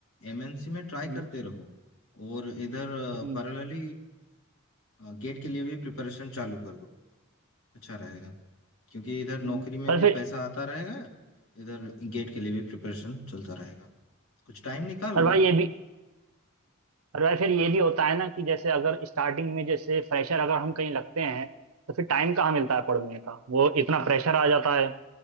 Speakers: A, on the left (about 70°); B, on the right (about 85°).
A: एमएनसी में ट्राई
B: हम्म,
A: करते रहो और इधर
B: हम्म,
A: पैरेलली गेट के लिए भी प्रिपरेशन चालू कर दो अच्छा रहेगा क्योंकि इधर नौकरी
B: हम्म।
A: में
B: पर
A: भी
B: फिर
A: पैसा आता रहेगा इधर गेट के लिए भी प्रिपरेशन चलता रहेगा कुछ टाइम निकाल
B: पर
A: लो
B: भाई ये भी पर भाई फिर ये भी होता है ना कि जैसे अगर स्टार्टिंग में जैसे फ्रेशर अगर हम कहीं लगते हैं तो फिर टाइम कहाँ मिलता है पढ़ने का वो इतना प्रेशर आ जाता है